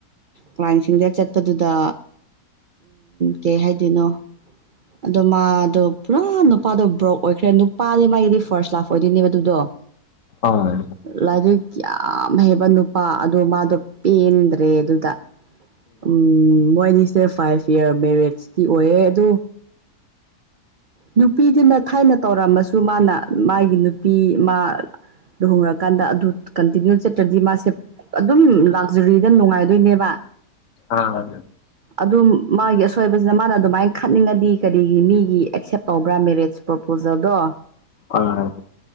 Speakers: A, on the right; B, on the left.
A: ꯀ꯭ꯂꯥꯏꯟꯁꯤꯡꯗ ꯆꯠꯄꯗꯨꯗ ꯀꯩ ꯍꯥꯏꯗꯣꯏꯅꯣ ꯑꯗꯣ ꯃꯥꯗꯣ ꯄꯨꯔꯥ ꯅꯨꯄꯥꯗꯣ ꯕ꯭ꯔꯣꯛ ꯑꯣꯏꯈ꯭ꯔꯦ ꯄꯥꯜꯂꯤ ꯃꯥꯒꯤꯗꯤ ꯐꯥꯔ꯭ꯁ ꯂꯥꯞ ꯑꯣꯏꯗꯣꯏꯅꯦꯕ ꯑꯗꯨꯗꯣ
B: ꯑꯥ
A: ꯂꯥꯏꯔꯤꯛ ꯀꯌꯥꯝ ꯍꯩꯕ ꯄ ꯑꯗꯣ ꯃꯥꯗꯣ ꯄꯦꯟꯗ꯭ꯔꯦ ꯑꯗꯨꯗ ꯎ ꯎꯝ ꯃꯣꯏꯗꯤꯁꯦ ꯐꯥꯏꯚ ꯏꯌꯥꯔ ꯃꯦꯔꯤꯁꯇꯤ ꯑꯣꯏꯌꯦ ꯑꯗꯨ ꯅꯨꯄꯤꯗꯨꯅ ꯊꯥꯏꯅ ꯇꯧꯔꯝꯃꯁꯨ ꯃꯥꯅ ꯃꯥꯒꯤ ꯅꯨꯄꯤ ꯃꯥ ꯂꯨꯍꯣꯡꯉꯔꯀꯥꯟꯗ ꯑꯗꯨ ꯀꯟꯇꯤꯅ꯭ꯌꯨ ꯆꯠꯇ꯭ꯔꯗꯤ ꯃꯥꯁꯦ ꯑꯗꯨꯝ ꯂꯥꯛꯖꯔꯤꯗ ꯅꯨꯡꯉꯥꯏꯗꯣꯏꯅꯦꯕ
B: ꯑꯥ
A: ꯑꯗꯨꯝ ꯃꯥꯒꯤ ꯑꯁꯣꯏꯕꯁꯤꯅ ꯃꯥꯅ ꯑꯗꯨꯃꯥꯏꯅ ꯈꯠꯅꯤꯡꯉꯗꯤ ꯀꯔꯤꯒꯤ ꯃꯤꯒꯤ ꯑꯦꯛꯁꯦꯞ ꯇꯧꯕ꯭ꯔꯥ ꯃꯦꯔꯦꯖ ꯄ꯭ꯔꯣꯄꯣꯖꯦꯜꯗꯣ
B: ꯑ